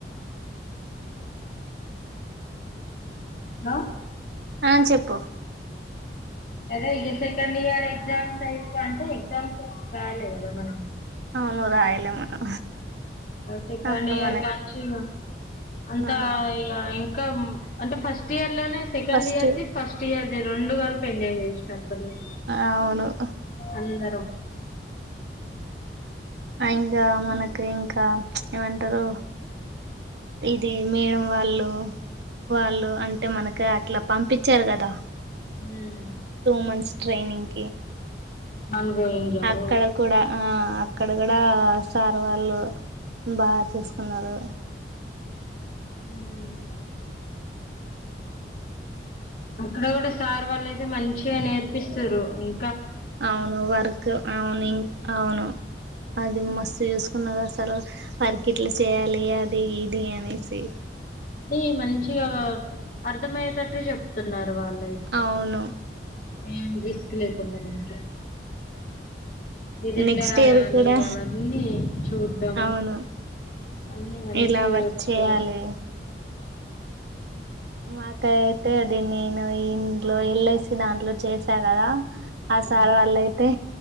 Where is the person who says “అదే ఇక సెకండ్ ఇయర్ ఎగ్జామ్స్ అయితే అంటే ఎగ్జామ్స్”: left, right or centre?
Left